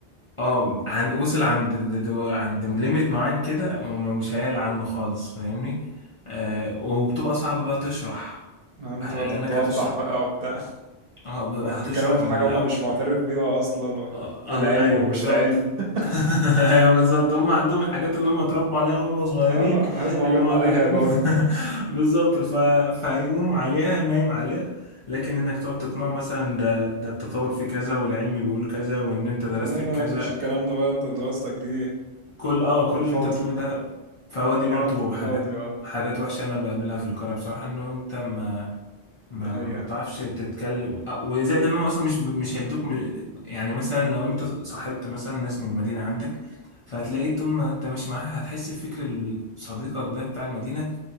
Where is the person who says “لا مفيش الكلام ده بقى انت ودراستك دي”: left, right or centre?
Right